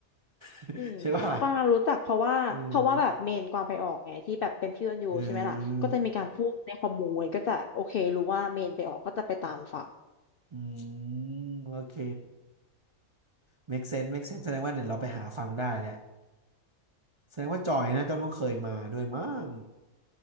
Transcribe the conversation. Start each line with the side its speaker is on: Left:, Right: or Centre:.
Right: <laughs>
Left: อืมกวางรู้จักเพราะว่าเพราะว่าแบบเมนกวางไปออกไงที่แบบเป็นพี่ออนยูใช่ไหมล่ะก็จะมีการพูดในคอมมูนก็จะโอเครู้ว่าเมนไปออกก็จะไปตามฟัง
Right: ใช่ป่ะล่ะอืมอืม อืมโอเค make sense make sense แสดงว่าเดี๋ยวเราไปหาฟังได้แหละแสดงว่าจอยนะเจ้ารู้เคยมาด้วยมั้ง